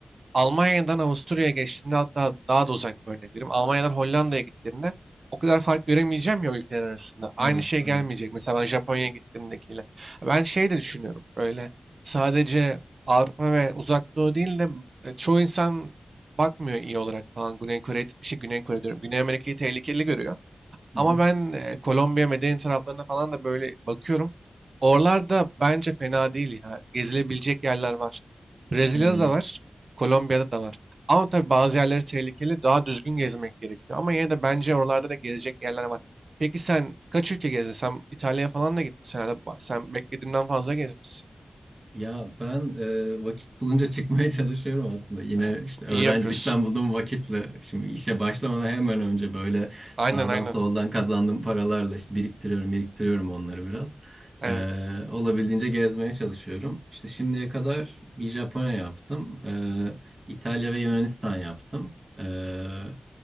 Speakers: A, on the right; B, on the right.
A: Almanya'dan Avusturya'ya geçtiğimde hatta daha da uzak bir örnek vereyim. Almanya'dan Hollanda'ya gittiğimde o kadar fark göremeyeceğim ya ülkeler arasında. Aynı
B: Evet
A: şey
B: evet.
A: gelmeyecek. Mesela ben Japonya'ya gittiğimdekiyle. Ben şey de düşünüyorum. Böyle sadece Avrupa ve Uzak Doğu değil de e, çoğu insan bakmıyor iyi olarak falan. Güney Kore, şey Güney Kore diyorum. Güney Amerika'yı tehlikeli görüyor.
B: Hı
A: Ama
B: hı.
A: ben e, Kolombiya, Medellin taraflarına falan da böyle bakıyorum. Oralarda bence fena değil ya. Gezilebilecek yerler var. Brezilya'da
B: Hmm.
A: da var, Kolombiya'da da var. Ama tabii bazı yerleri tehlikeli, daha düzgün gezmek gerekiyor. Ama yine de bence oralarda da gezecek yerler var. Peki sen kaç ülke gezdin? Sen İtalya'ya falan da gitmişsin herhalde. Ba- Sen beklediğimden fazla gezmişsin.
B: Ya ben e, vakit bulunca çıkmaya <laughs> çalışıyorum aslında. Yine
A: <laughs>
B: işte öğrencilikten
A: İyi yapıyorsun.
B: bulduğum vakitle şimdi işe başlamadan hemen önce böyle
A: Aynen
B: sağdan
A: aynen.
B: soldan kazandığım paralarla işte biriktiriyorum, biriktiriyorum onları biraz.
A: Evet.
B: E, olabildiğince gezmeye çalışıyorum. İşte şimdiye kadar bir Japonya yaptım. E, İtalya ve Yunanistan yaptım. E,